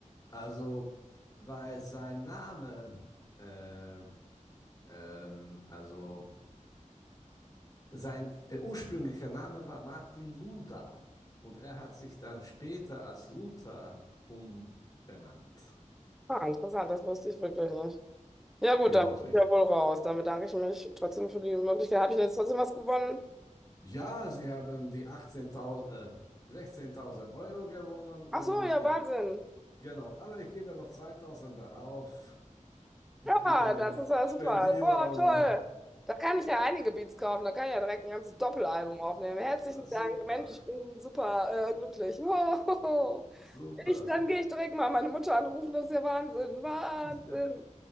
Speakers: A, on the left; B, in the centre.
A: also weil sein Name, äh, ähm, also sein äh, ursprünglicher Name war Martin Luther und er hat sich dann später als Luther umbenannt.
B: Ah, interessant, das wusste ich wirklich nicht. Ja gut,
A: Ich
B: dann
A: auch
B: bin
A: nicht.
B: ich ja wohl raus. Dann bedanke ich mich trotzdem für die Möglichkeit. Habe ich denn jetzt trotzdem was gewonnen?
A: Ja, sie haben die 18.000, äh, 16.000 Euro gewonnen und
B: Ach so, ja,
A: ich,
B: Wahnsinn.
A: genau, aber ich gebe noch 2.000 darauf. Ich
B: Ja,
A: bin in
B: das ist ja
A: Spendilaune.
B: super. Boah, toll. Da kann ich ja einige Beats kaufen. Da kann ich ja direkt ein ganzes Doppelalbum aufnehmen. Herzlichen
A: Na super,
B: Dank. Mensch, ich bin super äh, glücklich. <laughs>
A: super.
B: Ich, dann gehe ich direkt mal meine Mutter anrufen. Das ist ja Wahnsinn. Wahnsinn.
A: Ja,